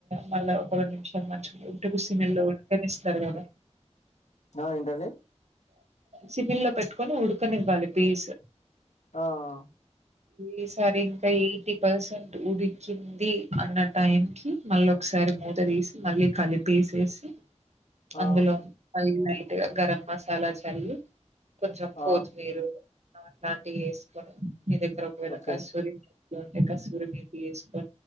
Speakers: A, on the right; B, on the left.
A: మళ్ళీ ఒక రెండు నిమిషం వాళ్ళు మంచిగుంటె గుసిమెల్లో ఉంటెనె ఇస్తారు కదా
B: ఆ ఏంటండి
A: సివిల్ లో పెట్టుకొని ఉడకనివ్వాలి పీస్
B: ఆ అ
A: ఈ సారి ఇంకా ఎయిటీ పర్సెంట్ ఉడికి కింది అన్న టైం కి మళ్ళీ ఒకసారి మూత తీసి మళ్ళీ కలిపి ఏసేసి
B: ఆ
A: అందులో అ నీట్గా గరం మసాలా చల్లి కొంచెం
B: ఆ
A: కొత్తిమీరు అట్లాంటివి వేసుకొని మీ దగ్గర ఒకవేళ
B: ఓకే
A: కాస్సురి మేతి టే కసూరి మేతి ఎస్